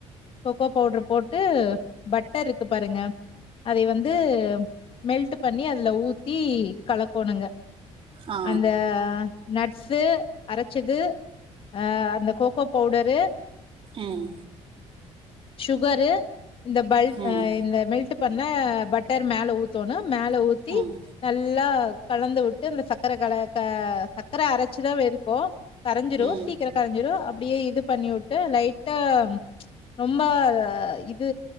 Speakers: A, on the left (about 50°); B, on the right (about 50°).
A: கொக்கோ பவுடர் போட்டு பட்டர்ருக்கு பாருங்க அதைய வந்து மெல்ட்டு பண்ணி அதுல ஊத்தி கலக்கோணுங்க
B: ஆ
A: அந்த நட்சு அரச்சது அஹ் அந்த கோகோ பவுடரு
B: ம்
A: ஷுகரு இந்த பல்ட்
B: ம்
A: அஹ் இந்த மெல்டு பண்ண பட்டர் மேல ஊத்தோணு மேல ஊத்தி
B: ம்
A: நல்லா கலந்து வுட்டு அந்த சக்கர கல க சக்கர அரச்சுதா வெ இருக்கு கரஞ்சிரு
B: ம்
A: சீக்கிர கரஞ்சிரு அப்டியே இது பண்ணி உட்டு லைட்டா ரொம்ப அஹ் இது